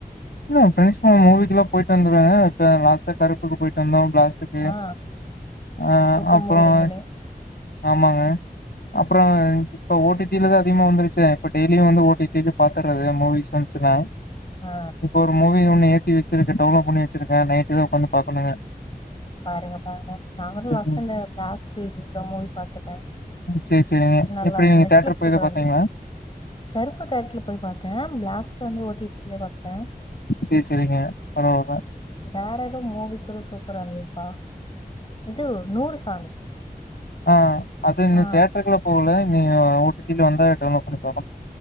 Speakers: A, on the left; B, on the left.
A: இல்ல ஃப்ரண்ட்ஸ் கூட மூவிக்கெல்லா போயிட்டு வந்துருவே இப்ப லாஸ்டா கருப்புக்கு போயிட்டு வந்தோ ப்ளாஸ்ட்டுக்
B: ஆ
A: ஆ
B: சூப்பர்
A: அப்றோங்க
B: மூவி ரெண்டுமே
A: ஆமாங்க அப்றோ ங் இப்ப ஓடி டி ல தா அதிகமா வந்துருச்சே இப்ப டெய்லியு வந்து ஓ டி டி லயே பாத்துறது மூவிஸ் வந்துச்சுன்னா
B: ஆ
A: இப்போ ஒரு மூவி ஒன்னு ஏத்தி வச்சிருக்கு டவுன்லோட் பண்ணி வச்சிருக்கே நைட்டு தா உக்காந்து பாக்கணுங்க
B: பாருங்க பாருங்க நாங்களு
A: ம்
B: லாஸ்ட் அந்த பிளாஸ்ட் மூவி பாத்துட்டே
A: சேர் சேரிங்க
B: நல்லா
A: எப்டி
B: இந்த
A: நீங்க
B: நெட்ஃபிளிக்ஸ்ல
A: தியேட்டர் போயி தா
B: கூட
A: பாத்தீங்களா
B: வந்து கருப்பு தியேட்டர்ல போயி பாத்தே பிளாஸ்ட்டு வந்து ஓ டி டி லே பாத்துட்டே
A: சேர் சேரிங்க பரவால்ல
B: வேற எதோ மூவிக்கூட சூப்ராயிந்ததுபா இது நூறு சாமி
A: ஆ அது இன்னு
B: ஆ
A: தேட்ருக்குள்ள போகல இன்னி ஓ டி டி ல வந்தா டவுன்லோட் பண்ணிப்பே